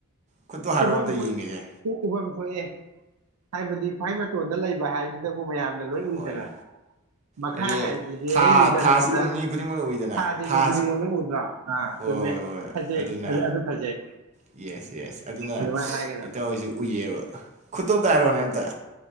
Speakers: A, on the right; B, on the right.
A: ꯈꯨꯠꯇꯣ ꯍꯥꯏꯔꯛꯑꯣ
B: ꯎꯍꯟꯍꯣꯏ
A: ꯑꯝꯇ ꯌꯦꯡꯒꯤꯒꯦ
B: ꯎꯍꯟ ꯊꯣꯛꯑꯦ ꯍꯥꯏꯕꯗꯤ ꯈ꯭ꯋꯥꯏ ꯃꯇꯣꯟꯗ ꯂꯩꯕ ꯍꯥꯏꯕꯁꯤꯗꯕꯨ ꯃꯌꯥꯝ ꯂꯣꯏꯎꯏꯗꯅ
A: ꯑꯣꯏꯔꯦ
B: ꯃꯈꯥ
A: ꯍꯥꯏꯗꯤ
B: ꯍꯥꯏꯕꯁꯤꯗꯤ
A: ꯊꯥ
B: ꯍꯦꯛ ꯌꯦꯡꯗꯔꯛꯄꯗ
A: ꯊꯥꯁꯤ ꯑꯗꯨꯝ ꯃꯤ ꯈꯨꯗꯤꯡꯃꯛꯅ ꯎꯏꯗꯅ
B: ꯁꯥꯥꯁꯦ
A: ꯊꯥꯁꯤ
B: ꯃꯤ ꯈꯨꯗꯤꯡꯃꯛꯅ ꯎꯗ꯭ꯔꯣ ꯑꯥ
A: ꯍꯣꯏ
B: ꯆꯨꯝꯃꯦ
A: ꯍꯣꯏ ꯍꯣꯏ
B: ꯐꯖꯩ
A: ꯑꯗꯨꯅ
B: ꯑꯗꯨ ꯐꯖꯩ
A: ꯌꯦꯁ ꯌꯦꯁ ꯑꯗꯨꯅ
B: ꯑꯗꯨꯃꯥꯏꯅ ꯍꯥꯏꯒꯗꯕꯅꯤ
A: ꯏꯇꯥꯎꯍꯣꯏꯁꯨ ꯎꯏꯌꯦꯕ꯫ ꯈꯨꯠꯇꯣ ꯑꯝꯇ ꯍꯥꯏꯔꯛꯑꯣꯅꯦ ꯑꯝꯇ